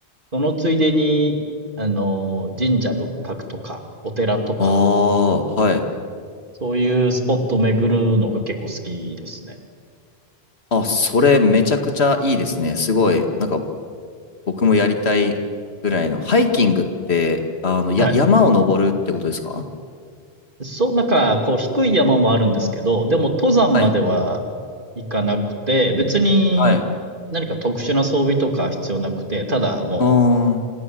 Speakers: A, on the right; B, on the left.
A: そのついでに、あの、神社仏閣とか、お寺とか、
B: ああ、はい。
A: そういうスポットを巡るのが結構好きですね。
B: あ、それめちゃくちゃいいですね。すごい。なんか僕もやりたいぐらいの。ハイキングって、あの、や、
A: はい。
B: 山を登るってことですか
A: そう、なんか、こう、低い山もあるんですけど、でも登山までは行かなくて、
B: はい。
A: 別に何か特殊な装備とか必要なくて、
B: はい。
A: ただもう、
B: あー、